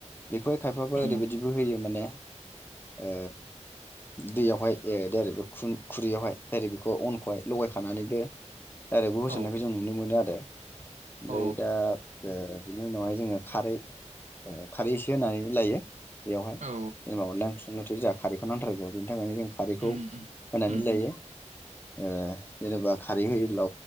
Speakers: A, on the left (about 15°); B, on the right (about 75°).
A: बेखौहाय खायफाबो
B: उम
A: ओरैबायदिबो होयो माने ओ दैयावहाय दाइरेक्ट खुरैयावहाय दाइरेक्ट बेखौ अनखौहाय लगायखानानैबो दाइरेकबो होसनायखौ
B: औ
A: जों नुनो मोन आरो ओमफ्राय
B: औ
A: दा ओ बिनि उनावहाय जोङो खारै ओ खारै एसे होनानै लायो बेयावहाय
B: औ
A: जेनेबा अनला ओंख्रि संनायावथ' जोंहा खारैखौ नांथारगौ बिनि थाखायनो जों खारखौ
B: उम
A: होनानै
B: उम
A: लायो ओ जेनेबा खारै होयोब्ला